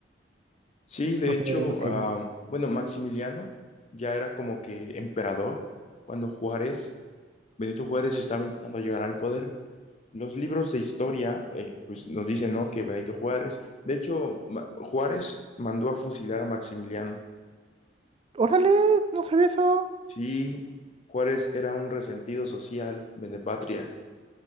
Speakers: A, on the left; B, on the right.
A: Sí, de
B: Ok,
A: hecho,
B: ok.
A: ah, bueno, Maximiliano ya era como que emperador cuando Juárez, Benito Juárez estaba intentando llegar al poder. Los libros de historia, eh, pues nos dicen, ¿no? Que Benito Juárez, de hecho, Ma- Juárez mandó a fusilar a Maximiliano.
B: Órale, no sabía eso.
A: Sí, Juárez era un resentido social, patria